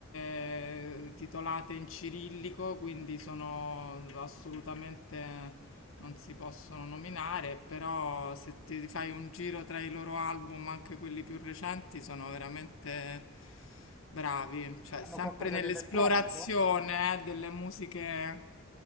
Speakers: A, on the left; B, in the centre.
A: eh, titolate in cirillico, quindi sono assolutamente non si possono nominare, però se ti fai un giro tra i loro album, anche quelli più recenti, sono veramente bravi, cioè
B: Hanno
A: sempre
B: qualcosa
A: nell'esplorazione,
B: di elettronico?
A: eh, delle musiche